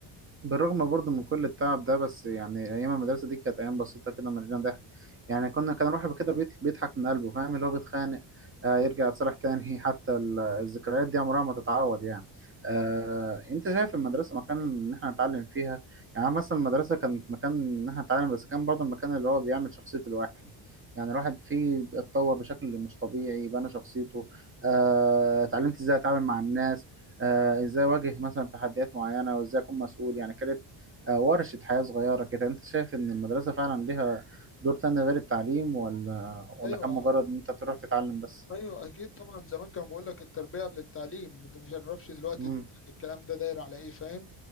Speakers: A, on the right; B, on the left.
A: بالرغم برضه من كل التعب ده بس يعني ايام المدرسه دي كانت ايام بسيطه كده مليانه ضحك يعني كنا كان الواحد كده بيت- بيضحك من قلبه فاهم اللي هو بيتخانق آه يرجع يتصالح تاني حتى ال- الذكريات دي عمرها ما تتعوض يعني آه انت شايف المدرسه مكان ان احنا نتعلم فيها يعني مثلا المدرسه كانت مكان ان احنا نتعلم بس كان برضه المكان اللي هو بيعمل شخصيه الواحد يعني الواحد فيه اتطور بشكل مش طبيعي بنى شخصيته آه، اتعلمت ازاي اتعامل مع الناس آه ازاي اواجه مثلا تحديات معينه وازاي اكون مسؤول يعني كانت آه ورشه حياه صغيره كده انت شايف ان المدرسه فعلا ليها دور تاني غير التعليم ولا ولا
B: ايوه
A: كان مجرد ان انت تروح تتعلم بس
B: ايوه اكيد طبعا زمان كان بقول لك التربيه قبل التعليم انت ما تعرفش دلوقتي
A: مم.
B: الكلام ده داير على ايه فاهم